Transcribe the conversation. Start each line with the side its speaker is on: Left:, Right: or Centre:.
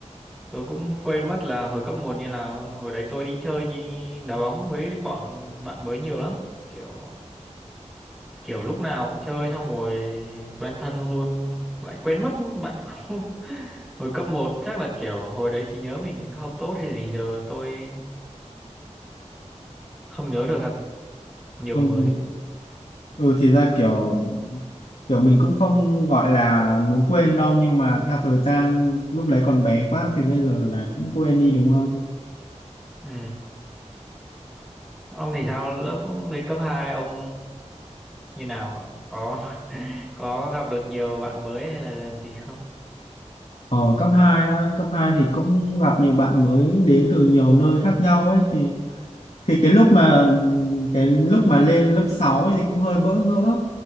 Centre: tôi cũng quên mất là hồi cấp một như nào luôn hồi đấy tôi đi chơi như đá bóng với bọn bạn mới nhiều lắm kiểu kiểu lúc nào cũng chơi xong rồi quen thân luôn không lại quên mất bạn cũng <laughs> hồi cấp một chắc là kiểu hồi đấy trí nhớ mình không tốt hay gì giờ tôi không nhớ được à, nhiều
Left: ừ,
Centre: người
Left: ừ, ừ, thì ra kiểu kiểu mình cũng không gọi là muốn quên đâu nhưng mà theo thời gian lúc đấy còn bé quá thì bây giờ là cũng quên đi đúng không?
Centre: ừ. Ông thì sao lớp lên cấp 2 ông như nào? ạ? Có <laughs> có gặp được nhiều bạn mới hay là, là gì không?
Left: Ở cấp 2 á, cấp 2 thì cũng gặp nhiều bạn mới đến từ nhiều nơi khác nhau ấy thì thì cái lúc mà cái lúc mà lên lớp 6 ấy thì cũng hơi bỡ ngỡ